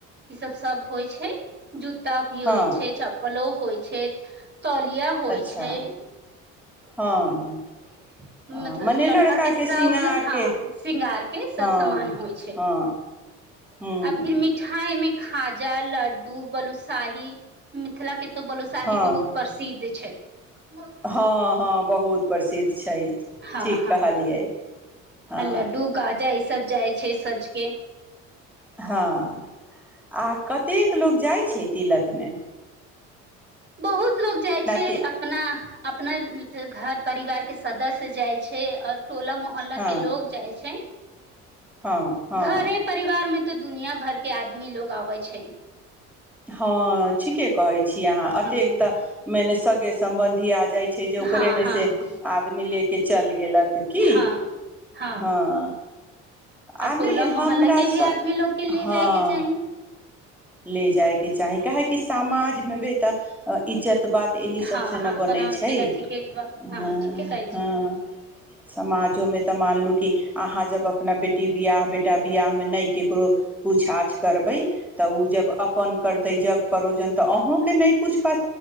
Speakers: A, on the right (about 30°); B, in the centre.
A: ई सब सब होइ छै जूत आ भी
B: हँ
A: होइ छै चप्पलो होइ छै तौलिया होइ
B: अच्छा
A: छै
B: हँ
A: मतलब
B: हँ मने
A: लड़का के सब
B: श्रृंगार
A: हँ
B: के
A: शिंगार के सब
B: हँ
A: समान होइ छै
B: हँ हूँ
A: आ फिर मिठाइ मे खाजा लड्डू बलुसाही मिथिला के तो बलोसाही
B: हँ
A: बहुत प्रसिद्ध छै <inaudible>
B: हँ हँ बहुत प्रसिद्ध छै
A: हँ
B: ठीक
A: हँ
B: कहलियै हँ
A: लड्डू गाजा ई सब जाइ छै सझके
B: हँ आ कतेक लोक जाइत छै तिलकमे
A: बहुत लोग जाइ छै
B: ति
A: अपना अपना घर परिवार के सदस्य जाइ छै और टोला मोहल्ला
B: हँ
A: के लोग जाइ छै
B: हँ हँ
A: घरे परिवार मे तऽ दुनिया भर के आदमी लोग आबै छै
B: हँ ठीके कहै छी अहां अतेक
A: हम्म
B: त' मने सगे संबंधी आ जाइ छै जे ओकरेमे
A: हँ हँ
B: से
A: हँ
B: आदमी लेके चल गेलथि की
A: हँ हँ
B: हं आ
A: टोला
B: नै
A: मोहल्ला
B: हमरा
A: के भी
B: स
A: आदमी लोग के ले
B: हं
A: जाय के चाही
B: ले जाएके चाहे काहे किस समाज मे भी तऽ इज्जत तऽ बात एहि सबसँ
A: हँ हँ
B: न बनै
A: बना
B: छै
A: के रखे
B: अ अ
A: के बा। हँ ठीके कहै छी
B: हं समाजोमे तऽ मान लू कि अहाँ जब अपना बेटी बियाह बेटा बियाहमे नहि केकरो पुछ आछ करबै उ जब अपन कर तै जग परोजन तऽ अहॅं के नहि पुछ